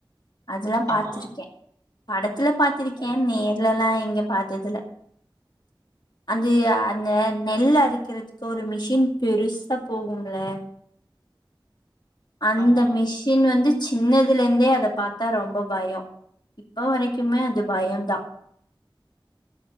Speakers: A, on the left; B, on the right.
A: அதுலா பாத்துருக்கே
B: ஆமா.
A: படத் துல பாத்திருக்கே
B: ஓ!
A: நேர்ல லா எங் இங்க பாத்ததுல்ல அந்தி அந்த நெல்லு அறுக்குறதுக்கு ஒரு மிஷின் பெருசா போகும்ல அந்த
B: ஆமா.
A: மிஷின் வந்து சின்னதுலருந்தே அத அத பாத்தா ரொம்போ பயோ இப்ப வரைக்குமே அது பயோ தா